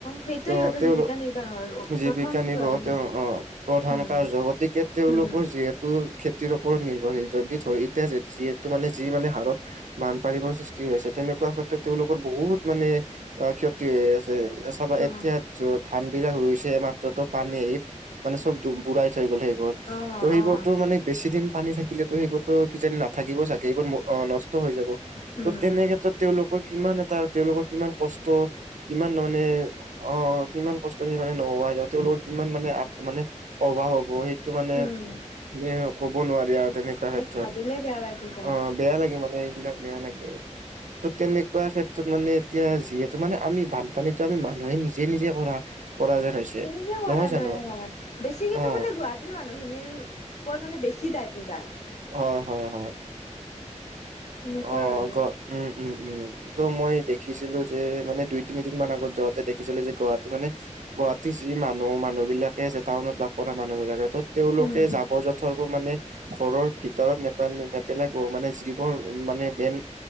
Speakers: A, on the left (about 65°); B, on the right (about 80°).
A: সেইটোৱে
B: ত'
A: সিহঁতৰ
B: তেওঁলোক
A: জীৱিকা নিৰ্বাহৰ
B: জীৱিকা
A: প্ৰথম
B: নিবাসত-
A: প্ৰধান
B: তেওঁ অঁ' প্ৰধান
A: উম
B: কাৰ্য, গতিকে তেওঁলোকৰ
A: উম
B: যিহেত- তু খেতিৰ ওপৰত নিৰ্ভৰশীল, যদি ধৰি এতিয়া যে যিহেতু মানে যি মানে হাৰত- বানপানীবোৰ সৃষ্টি হৈ আছে, তেনেকুৱা ক্ষেত্ৰত তেওঁলোকৰ বহুত মানে- অ' ক্ষতি হৈ আছে, চাবা
A: অ',
B: এতিয়া ধান বিলাক ৰুইছে মাত্ৰ ত' পানী- মানে চব দু বোৰাই থৈ গ'ল সেইবোৰ।
A: অ',
B: ত' সেইবোৰতো
A: অ',
B: মানে বেছি দিন পানী থাকিলেতো সেইবোৰতো কিজানি নাথাকিব চাগে, এইবোৰ অ' নষ্ট হৈ যাব।
A: হুম'
B: ত' তেনে ক্ষেত্ৰত তেওঁলোকৰ কিমান এটা, তেওঁলোকৰ কিমান কষ্ট কিমান মানে অঁ অঁ'- কিমান কষ্টখিনি মানে নোহোৱা হৈ যাব, তেওঁলোকৰ কিমান মানে আ' মানে অভাৱ হ'ব এই- টো মানে এ
A: উম,
B: ক'ব নোৱাৰি আৰু তেনেকুৱা
A: মানে
B: ক্ষেত্ৰত।
A: ভাবিলে বেয়া লাগি যায়।
B: অঁ'- বেয়া লাগে মানে এইবিলাক, বেয়া লাগে। ত' তেনেকুৱা ক্ষেত্ৰত মানে এতিয়া যিহেতু মানে আমি বান- পানীটো আমি মানুহে নিজে, নিজে কৰা, কৰা যেন হৈছে।
A: এইটোৱে কৰা
B: নহয় জানো
A: দৰে হয়, বেছি কিন্তু
B: অ
A: মানে গুৱাহা- তীৰ মানুহখিনিৰ ওপৰত মানে বেছি দায়তো যায়।
B: অঁ' হয়, হয়।
A: সেনেকুৱা
B: অঁ'
A: আৰু
B: গ উম, উম, উম। ত' মই দেখিছিলো যে মানে দুই তিনিদিন মান আগত যাওঁতে দেখিছিলো যে গুৱাহাটী মানে- গুৱাহাটী যি মানুহ, মানুহ বিলাকে যে টাউনত বাস কৰা মানুহ বিলাকে ত' তেওঁলোকে
A: উম,
B: যাবৰ যু- থৰবোৰ মানে ঘৰৰ ভিতৰত নেপল নেপেলাই গ মানে, যিবোৰ- উম মানে মেন